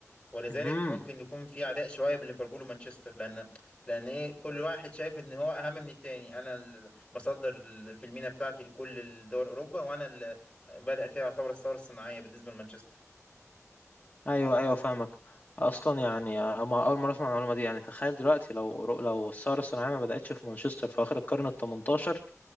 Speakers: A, on the left (about 15°); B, on the left (about 35°).
A: ولذلك
B: لي
A: ممكن يكون في عداء شويه بين ليفربول ومانشستر لان لان ايه كل واحد شايف ان هو اهم من التاني انا ال- بصدر ال- في المينا بتاعتي لكل دول اوروبا وانا اللي بدأ فيها يعتبر الثوره الصناعيه بالنسبه لمانشستر
B: ايوه ايوه فاهمك اصلا يعني أما اول مره اسمع المعلومه دي يعني تخيل دلوقتي لو أورو- لو الثوره الصناعيه ما بداتش في مانشستر في اخر القرن ال 18